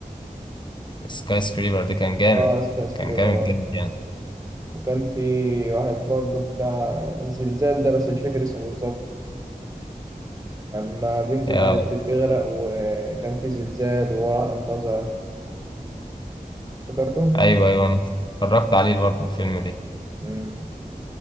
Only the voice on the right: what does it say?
اه سكاي سكريبر
اه
وكان في واحد برضه بتاع الزلزال ده بس مش فاكر اسمه بالظبط أما بنته
كانت بتغرق وكان في زلزال وراح أنقذها افتكرته؟
مم.